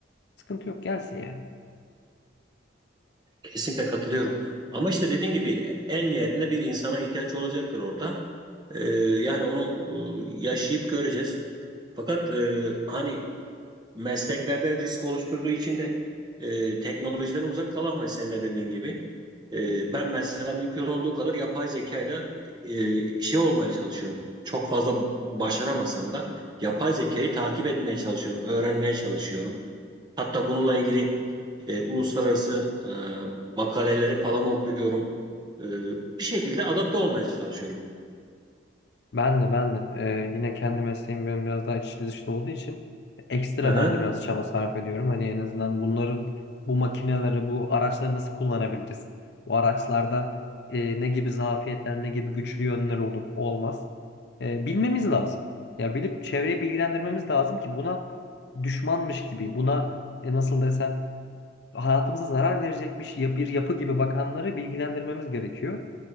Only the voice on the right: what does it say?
Kesinlikle katılıyorum. Ama işte dediğin gibi en nihayetinde bir insana ihtiyaç olacaktır orada. Ee, yani onu e, yaşayıp göreceğiz. Fakat e, hani mesleklerde risk oluşturduğu için de e, teknolojiden uzak kalamayız sen de dediğin gibi. E, ben mesela mümkün olduğu kadar yapay zekayla e, şey olmaya çalışıyorum. Çok fazla başaramasam da yapay zekayı takip etmeye çalışıyorum, öğrenmeye çalışıyorum. Hatta bununla ilgili e, uluslararası e, makaleleri falan okuyorum. E, bir şekilde adapte olmaya çalışıyorum.
Hı hı.